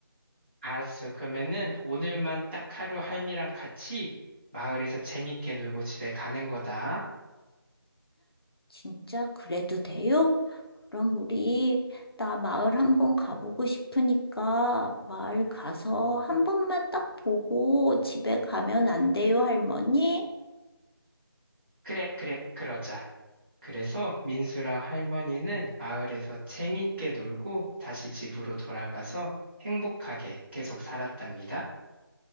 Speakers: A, on the right (about 25°); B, on the left (about 75°).
A: 알았어. 그러면은 오늘만 딱 하루 할미랑 같이 마을에서 재밌게 놀고 집에 가는 거다.
B: 진짜 그래도 돼요? 그럼 우리 나 마을 한번 가보고 싶으니까 마을 가서 한 번만 딱 보고 집에 가면 안 돼요, 할머니?
A: 그래, 그래, 그러자. 그래서 민수랑 할머니는 마을에서 재밌게 놀고 다시 집으로 돌아가서 행복하게 계속 살았답니다.